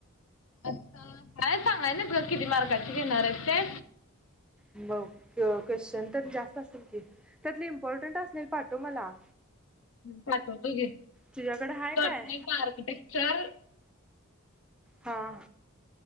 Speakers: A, on the left; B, in the centre.
A: आत्ता काय सांगाय नाय सर किती मार्काची घेणार आहेत ते.
B: क क्वेश्चन तर जास्त असतील की,, त्यातले इम्पॉर्टंट असलेल पाठव मला.
A: पाठवतो घे.
B: तुझ्याकडं हाय
A: डॉट
B: काय?
A: नेट आर्किटेक्चर
B: हां.